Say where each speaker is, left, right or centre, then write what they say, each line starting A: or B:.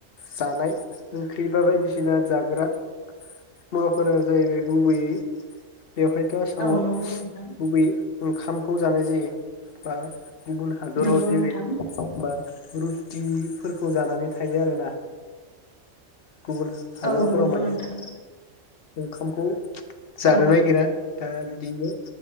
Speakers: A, on the left; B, on the left.
A: जानाय ओंख्रि बा बायदिसिना जाग्रा मुवाफोरा जाहैबाय गुबैयै बेवहायथ आसामाव
B: औ नंगौ नोंथां
A: गुबैयै ओंखामखौ जानाय जायो बा गुबुन हादराव
B: नंगौ
A: जेरै
B: नोंथां
A: बा रुटिफोरखौ जानानै थायो आरोना गुबुन हादरफोराव
B: औ नंगौ
A: माने
B: नोंथां
A: ओंखामखौ जानो
B: औ
A: नागिरा दा बिदिनो